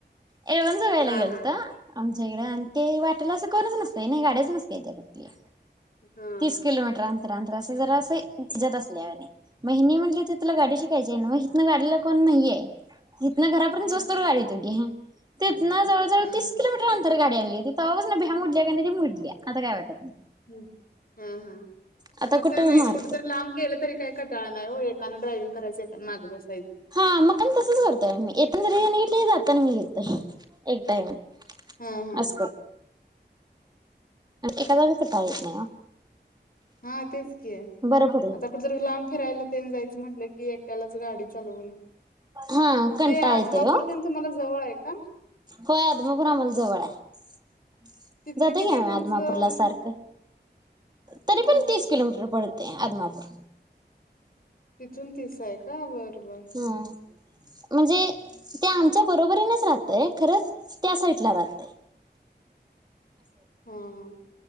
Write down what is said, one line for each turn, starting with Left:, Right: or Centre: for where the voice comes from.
Right: एवन जव्याला
Left: हा
Right: गेलता?
Left: हा
Right: आमच्या इकडें आणि ते वाटला असं कोणच नसतं नाही गाड्याच नसत्याता त्या कुठल्या
Left: हा
Right: तीस किलोमीटर आ अंतरा जरास हे ह्याच्यात असल्या वानी मग ह्यांनी म्हटली तर तुला गाडी शिकायचीय न्हव इथन गाडीला कोण नाही आहे इथनं घरापर्यंत
Left: हा
Right: जाउसतोर गाडी तो की ही ते इथन जवळ जवळ
Left: हा
Right: तीस किलोमीटर अंतर गाडी हाय गेली तवा बसन भ्या मुडल्या कणी ते मुडल्या आता काय वाटत नाही
Left: हम हा हा
Right: आता
Left: मग
Right: कुठं
Left: काय नाय
Right: बी मारतय.
Left: कुठ तरी लांब गेलं तरी काय कटाळा नाही हो येत एका ड्रायव्हिंग करायच एकान माग बसा
Right: हा मग कणी तसंच करतोय आम्ही येताना जरी ह्यांनी ते जाताना मी घेतोय एक टाइम
Left: हा हा
Right: अस क एका जागी कटाळा येत नाही ओ
Left: हा तेच की
Right: बरं पडेल.
Left: आता कुठतरी लांब फिरायला तेन जायचं म्हणलं ती एकट्यालाच गाडी चालवून
Right: हा कंटाळा
Left: ते आदमापूर
Right: येतोय ओ.
Left: तेन तुम्हाला जवळ हाय हं
Right: होय आदमपुर आम्हाला जवळ हाय
Left: तिथनं
Right: जातोय
Left: किती
Right: की
Left: आहे
Right: आम्ही
Left: तुमचं
Right: आदमापूरला सारखं
Left: हे
Right: तरी
Left: हा
Right: पण
Left: हा
Right: तीस किलोमीटर पड ते आदमापूर
Left: तिथून तीस आहे का बर बर
Right: हा म्हणजे ते आमच्या बरोबरीनच राहतय खर त्या साईडला राहतय
Left: हा हा